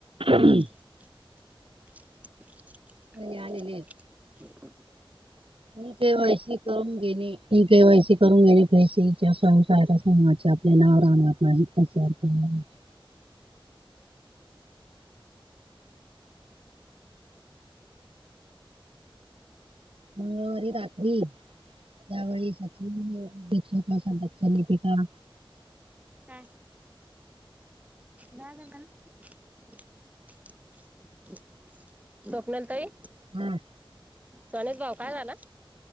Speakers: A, on the right; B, on the right.
A: हम्म.
B: <inaudible>
A: <unintelligible> आलेले.
B: <inaudible>
A: ई केवायसी करून घेणे. ई के वयसी करून घेणे. फैसेच्या स्वयं साय समाच्या आप नावर रा आप <unintelligible> मंगळवारी रात -- त्री त्यावेळी सचि <unintelligible> तली का
B: हा. दा <unintelligible> स्वप्नाली ताई.
A: हम्.
B: सोन्याचा भाव काय झाला?